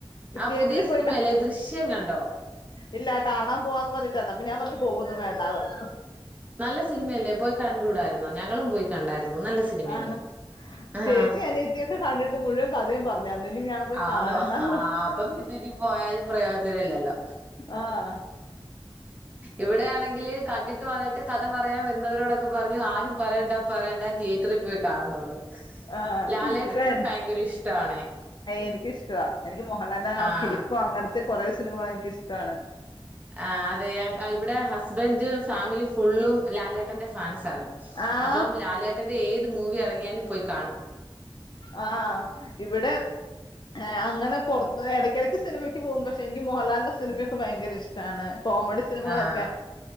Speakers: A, on the right (about 15°); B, on the left (about 50°).
A: ആ
B: തിയേറ്ററി
A: പുതിയ
B: പോയി
A: സിനിമയല്ലേ
B: കാ
A: ദൃശ്യം കണ്ടോ
B: ഇല്ല അത് കാണാൻ പോവാന്നും പറഞ്ഞിട്ടായിരുന്നു അപ്പൊ ഞാൻ പറഞ്ഞു പോവൊന്നും വേണ്ടാന്ന് പറഞ്ഞു.
A: നല്ല സിനിമയല്ലേ പോയി കണ്ടൂടാര് ന്നോ. ഞങ്ങളും പോയി കണ്ടാരുന്നു. നല്ല സിനിമയാണ്.
B: ആണ്
A: ആഹ
B: ചേച്ചി അനിയത്തിയൊക്കെ കണ്ടിട്ട് മുഴുവൻ കഥയും പറഞ്ഞായിരുന്നു ഇനി ഞാൻ പോയി
A: ആന്നോ
B: കാണണ്ടാന്ന്
A: ഹാ
B: പറഞ്ഞു
A: അപ്പൊ ഇന്നിനി പോയാലും പ്രേയോജനം ഇല്ലല്ലോ
B: ആഹ്
A: ഇവിടെയാണെങ്കില് കണ്ടി ട്ട് വന്നിട്ട് കഥ പറയാൻ വ വന്നവരോടൊക്കെ പറഞ്ഞു ആരും പറയണ്ടാ പറയണ്ടാ റ്റിയറ്ററി പോയി കാണണമെന്ന്
B: ആഹ്
A: ലാലേട്ടനോട്
B: ഇപ്പൊ ആഹ്
A: ഭയങ്കര ഇഷ്ടവാണേ
B: എനിക്കിഷ്ടവാ എനിക്ക് മോഹൻലാലിന്റെ ആ
A: ആഹ
B: കിലുക്കം അങ്ങനത്തെ കൊറേ സിനിമകളെനിക്ക് ഇഷ്ടാണ്
A: ആഹ അതെ അങ്ങ് അ ഇവിടെ ഹസ് സ്ബെന്റും ഫാമിലി ഫുള്ളും ലാലേ ട്ടന്റെ ഫാൻസാണ്
B: ആഹ്
A: അപ്പോം ലാലേട്ടൻ ന്റെ ഏത് മൂവി ഇറങ്ങിയാലും പോയി കാണും.
B: ആ ഇവിടെ ആ അങ്ങനെ പൊറത്ത് പോയി ഇടക്കെടക്ക് സിനിമക്ക്‌ പോകും പക്ഷെ എനിക്ക് മോഹൻലാലിന്റെ സിനിമയൊക്ക ഭയങ്കര ഇഷ്ട്ടാണ് കോമഡി സിനിമകളൊക്ക
A: ആഹ്